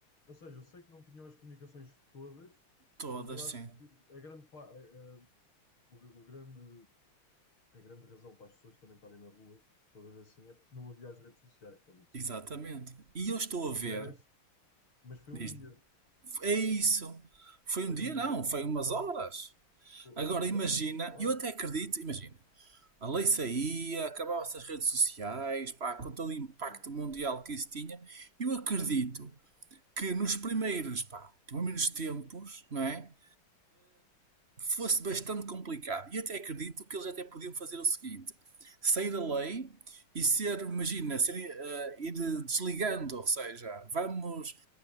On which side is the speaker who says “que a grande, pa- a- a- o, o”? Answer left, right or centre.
Left